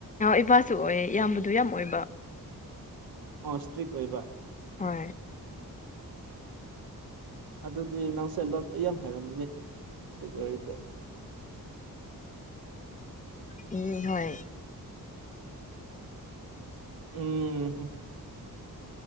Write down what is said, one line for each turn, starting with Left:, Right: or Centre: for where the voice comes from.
Left: ꯏꯄꯥꯁꯨ ꯑꯣꯏ ꯏꯌꯥꯝꯕꯗꯨ ꯌꯥꯝ ꯑꯣꯏꯕ
Right: ꯑ ꯏꯁ꯭ꯇ꯭ꯔꯤꯛ ꯑꯣꯏꯕ
Left: ꯍꯣꯏ
Right: ꯑꯗꯨꯗꯤ ꯅꯪꯁꯦ ꯂꯣꯠꯄ ꯌꯥꯝ ꯍꯥꯏꯔꯝꯒꯅꯤ ꯁꯤ ꯑꯣꯏꯔꯗꯤ
Left: ꯎꯝ ꯍꯣꯏ
Right: ꯎꯝ